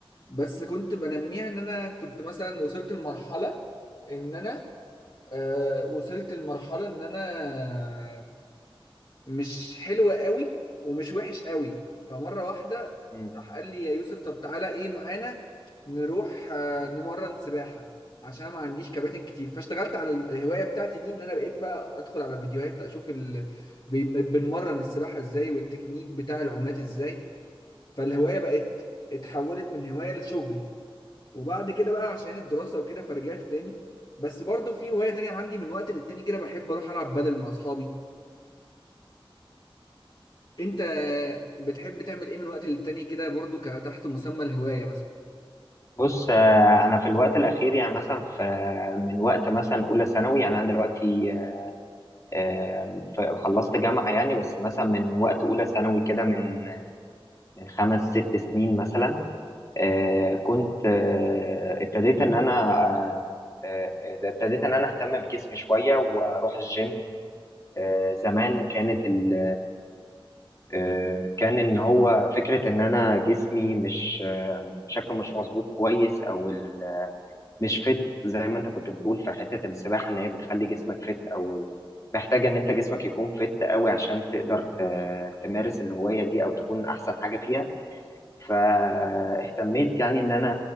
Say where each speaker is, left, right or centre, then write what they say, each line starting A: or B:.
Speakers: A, on the left (about 50°); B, on the left (about 35°).
A: بس كنت بنميها ان انا كنت مثلا وصلت لمرحله ان انا آه، وصلت لمرحله ان انا مش حلو قوي ومش وحش قوي فمره واحده
B: مم.
A: راح قال لي يا يوسف طب تعالى ايه معانا نروح آه، نمرن سباحه عشان أنا ما عنديش كباتن كتير فاشتغلت على الهوايه بتاعتي دي ان انا بقيت بقى ادخل على فيديوهات اشوف ال... بي- بنمرن السباحه ازاي والتكنيك بتاع العومات ازاي فالهوايه بقت اتحولت من هوايه لشغل وبعد كده بقى عشان الدراسة وكده فرجعت تاني بس برضو في هواية تانية عندي من وقت للتاني كده بحب أروح ألعب بدل مع أصحابي انت بتحب تعمل ايه من وقت للتاني كده برضو كتحت مسمى الهواية مثلا
B: بص آه، أنا في الوقت الأخير يعني مثلا في من وقت مثلا أولى ثانوي يعني أنا دلوقتي آه، ف- خلصت جامعة يعني بس مثلا من وقت أولى ثانوي كده من من خمس ست سنين مثلا آه، كنت آه، ابتديت ان انا آه، آه، آه، ابتديت ان انا اهتم بجسمي شويه واروح الجيم آه، زمان كانت ال... آه، كان ان هو فكره ان انا جسمي مش آه، شكله مش مظبوط كويس او ال... مش فت زي ما انت كنت بتقول في حته السباحه ان هي بتخلي جسمك فت او محتاجه ان انت جسمك يكون فت قوي عشان تقدر ت- تمارس الهوايه دي او تكون احسن حاجه فيها فاهتميت يعني ان انا